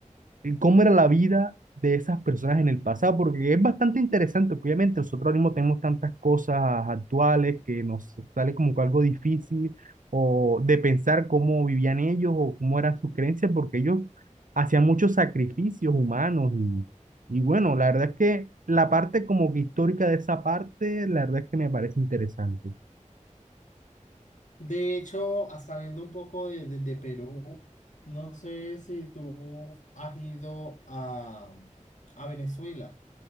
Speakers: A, on the right (about 85°); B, on the left (about 70°).
A: eh, cómo era la vida de esas personas en el pasado, porque es bastante interesante, obviamente nosotros ahora mismo tenemos tantas cosas actuales que nos sale como que algo difícil o de pensar cómo vivían ellos o cómo era su creencia, porque ellos hacían muchos sacrificios humanos y, y bueno, la verdad es que la parte como que histórica de esa parte, la verdad es que me parece interesante.
B: De hecho, a- saliendo un poco de, de- de Perú, no sé si tú has ido a, a Venezuela.